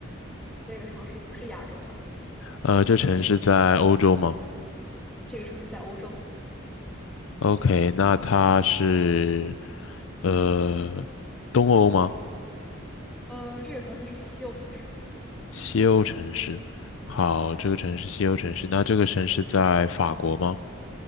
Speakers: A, in the centre; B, on the left (about 70°).
A: 这个城市不是亚洲的，
B: 呃，这城市在欧洲吗
A: 这个城市在欧洲。
B: ？OK，那它是呃东欧吗？
A: 嗯，这个城市是西欧城市，
B: 西欧城市。好，这个城市西欧城市，那这个城市在法国吗？